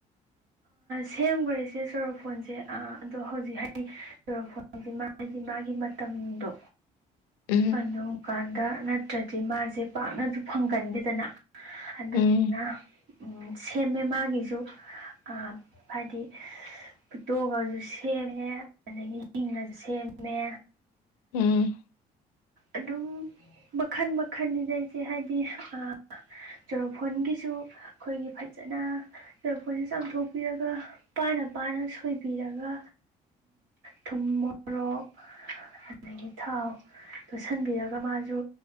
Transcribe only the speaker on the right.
ꯁꯦꯝꯈ꯭ꯔꯦ ꯏꯆꯦ ꯆꯣꯔꯣꯐꯣꯟꯁꯦ ꯑꯗꯣ ꯍꯧꯖꯤꯛ ꯍꯥꯏꯔꯤ ꯆꫭꯔꫭꯐꫭꯟ ꯍꯥꯏꯗꯤ ꯃꯥꯒꯤ ꯃꯥꯒꯤ ꯃꯇꯝꯗꯣ
ꯑꯗꯨꯝꯀꯥꯟꯗ ꯅꯠꯇ꯭ꯔꯗꯤ ꯃꯥꯁꯦ ꯄꯥꯛꯅꯁꯨ ꯐꯪꯒꯟꯕꯦꯗꯅ ꯑꯗꯨꯗꯨꯅ
ꯎꯝ ꯁꯦꯝꯃꯦ ꯃꯥꯒꯤꯁꯨ ꯑ ꯍꯥꯏꯗꯤ ꯐꯨꯠꯇꯣꯛꯑꯁꯨ ꯁꯦꯝꯃꯦ ꯑꯗꯒꯤ ꯍꯤꯡꯅꯁꯨ ꯁꯦꯝꯃꯦ
ꯑꯗꯨꯝ ꯃꯈꯟ ꯃꯈꯟꯅꯤꯗ ꯏꯆꯦ ꯍꯥꯏꯗꯤ ꯑ ꯏꯁꯇꯣꯔꯣ ꯐꯣꯟꯒꯤꯁꯨ ꯑꯩꯈꯣꯏꯒꯤ ꯐꯖꯅ ꯇꯐꯣꯣꯟꯁꯦ ꯆꯥꯝꯊꯣꯛꯄꯤꯔꯒ ꯄꯥꯅ ꯄꯥꯅ ꯁꯣꯏꯕꯤꯔꯒ ꯊꯨꯝ ꯃꯣꯔꯣꯛ ꯑꯗꯒꯤ ꯊꯥꯎ ꯇꯣꯠꯁꯤꯟꯕꯤꯔꯒ ꯃꯥꯁꯨ